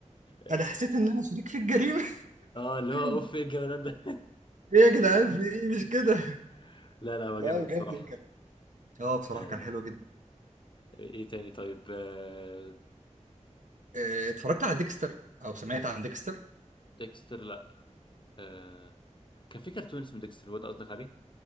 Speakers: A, on the left (about 40°); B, on the right (about 80°).
A: اه
B: انا حسيت ان انا شريك في الجريمه
A: آه، اللي هو
B: <laughs>
A: اوف ايه الجمدان ده
B: ايه يا جدعان في ايه مش كده
A: <laughs> لا لا هو
B: لا
A: جامد الصراحه
B: بجد كان اه بصراحه
A: آه.
B: كان حلو جدا
A: ايه تاني طيب آه.
B: إيه، اتفرجت على ديكستر او سمعت عن ديكستر
A: ديكستر لا آه. كان في كرتون اسمه ديكستر هو ده قصدك عليه؟